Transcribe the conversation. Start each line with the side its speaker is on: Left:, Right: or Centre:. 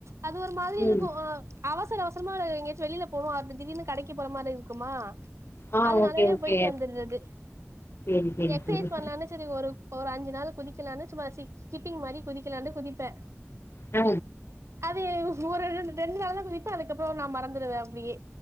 Right: அது ஒரு மாதிரி
Left: ம்
Right: இருக்கு அ அவசர அவசரமா எங்கயாச்சு வெளில போணு அது திடீர்னு கடைக்கி போற மாரி இருக்குமா
Left: ஆ
Right: அதனாலயே
Left: ஓகே ஓகே
Right: போயிட்டு வந்துர்றது
Left: சேரி சேரி
Right: எக்சைஸ்
Left: சேரி
Right: பண்லானு சேரி ஒரு ஒரு அஞ்சு நாள் குதிக்கலான்னு சும்மா சிக் ஸ்கிப்பிங் மாரி குதிக்கலான்னு குதிப்ப
Left: அ
Right: அது ஒருரெண்டு தெரிஞ்சனால குதிப்பே அதுக்கப்புறோ நா மறந்துடுவே அப்படியே